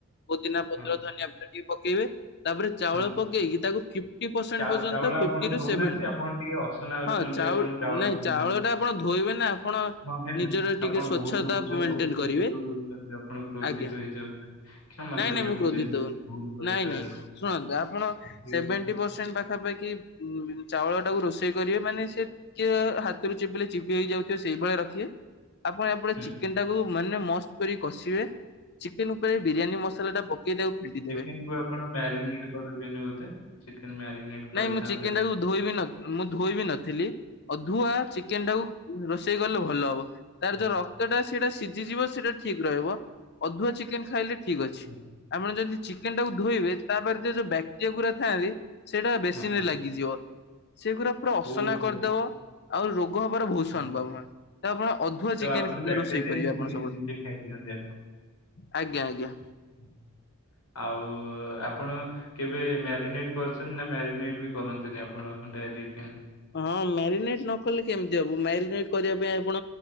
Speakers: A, on the left; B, on the left.
A: ପୋଦିନା ପତ୍ର
B: ହଁ
A: ଧନିଆ ପତ୍ର ଟିକେ ପକେଇବେ ତାପରେ ଚାଉଳ
B: ହଁ
A: ପକେଇକି ତାକୁ ଫିଫ୍ଟ ପ୍ରସେଣ୍ଟ
B: ଚା
A: ପର୍ଯ୍ୟନ୍ତ
B: ଚାଉଳ
A: ଫି
B: ଆପଣ
A: ଫିପ୍ଟିରୁ
B: ଧଉନାହାନ୍ତି
A: ସେଭେଣ୍ଟି
B: ଆପଣ ଟିକେ ଅସନା ବର୍ତ୍ତମାନ
A: ହଁ
B: ଟିକେ
A: ଚାଉଳ
B: ଆପଣ
A: ନାଇଁ
B: ଧଉନାହାନ୍ତି।
A: ଚାଉଳ ଟା ଆପଣ ଧୋଇବେନି ଆପଣ
B: ହଁ ହେଲା
A: ନିଜର
B: ଆପଣ
A: ଟିକେ ସ୍ଵଚ୍ଛତା
B: ବହୁତ ଉଚ୍ଚ
A: ମେଣ୍ଟେନ
B: ଉଚ୍ଚ
A: କରିବେ
B: ସ୍ତରକୁ ଉଠନ୍ତି ଆପଣ କ୍ରୋଧିତ
A: ଆଜ୍ଞା
B: ହେଇଯାଉଛନ୍ତି କ୍ଷମା
A: ନାଇଁ
B: କରିବେ
A: ନାଇଁ ମୁଁ କ୍ରୋଧିତ
B: ଯଦି କିଛି
A: ହଉନି
B: ଭୁଲ କହିଥିବାରୁ
A: ନାଇଁ ନାଇଁ ଶୁଣନ୍ତୁ ଆପଣ
B: ଏଇ
A: ସେଭେଣ୍ଟି
B: ଉଚ୍ଚ
A: ପରସେଣ୍ଟ ପାଖାପାଖି ଚାଉଳ ଟାକୁ ରୋଷେଇ କରିବେ ମାନେ ସେ ଟିକେ ହାତରୁ ଚିପିଲେ ଚିପି ହେଇ ଯାଉଥିବେ ସେଇଭଳିଆ ରଖିବେ। ଆପଣ ଏପଟେ
B: ହୁଁ
A: ଚିକେନ ଟାକୁ ମାନେ ମସ୍ତ କରି କଷିବେ। ଚିକେନ ଉପରେ ବିରିୟାନୀ ମସଲା ଟା ପକେଇ ତାକୁ ଫିଣ୍ଟିଦେବେ।
B: ମୁଁ କହିଲି, ଆପଣ ମ୍ୟାରିନିଟ କରନ୍ତିନି ବୋଧେ ଚିକେନ୍ ମ୍ୟାରିନେଟ
A: ନାଇଁ
B: କରିଥାନ୍ତେ
A: ମୁଁ ଚିକେନ
B: ଆପ
A: ଟାକୁ ଧୋଇ ବି ନ ମୁଁ ଧୋଇ ବି ନଥିଲି ଅଧୁଆ ଚିକେନଟାକୁ ରୋଷେଇ କଲେ ଭଲ ହବ ତାରଯୋଉ
B: ହଁ
A: ରକ୍ତଟା ସେଇଟା ସି ଜି ଯିବ ସେଟା ଠିକ ରହିବ ଅଧୁଆ ଚିକେନ ଖାଇଲେ ଠିକ୍ ଅଛି
B: ହଁ
A: ଆପଣ ଯଦି ଚିକେନ ଟାକୁ ଧୋଇବେ ତାପରେ ସେ ଯୋଉ ବକ୍ଟେରିଆ ଗୁଡା ଥାଆନ୍ତି ସେଇଟା ବେସିନ
B: ହଁ
A: ରେ ଲାଗିଯିବ। ସେଗୁରା ପୁରା ଅସନା
B: ଓହୋ
A: କରିଦବ ଆଉ ରୋଗ ହବାର ବହୁତୁ
B: ହଁ
A: ସମ୍ବାବନା ତ ଆପଣ ଅଧୁଆ
B: ତ
A: ଚିକେନ
B: ଆପଣ ବ୍ୟାକ୍ଟେରିଆ
A: ରୋଷେଇ କରିବେ
B: ନିଜେ
A: ଆପଣ ସବୁବେଳେ।
B: ନିଜେ ଖାଇଦିଅନ୍ତି
A: ଆଜ୍ଞା ଆଜ୍ଞା
B: ହୁଁ <inaudible> ଆଉ ଆପଣ କେବେ ମ୍ୟାରିନେଟ କରିଛନ୍ତି ନା ମ୍ୟାରିନେଟ ବି କରନ୍ତିନି ଆପଣ। ଡେ ଦିଟି ଆଣ୍ଡ୍
A: ହଁ ମ୍ୟାରିନେଟ ନକଲେ କେମିତି ହବ ମ୍ୟାରିନେଟ କରିବା ପାଇଁ ଆପଣ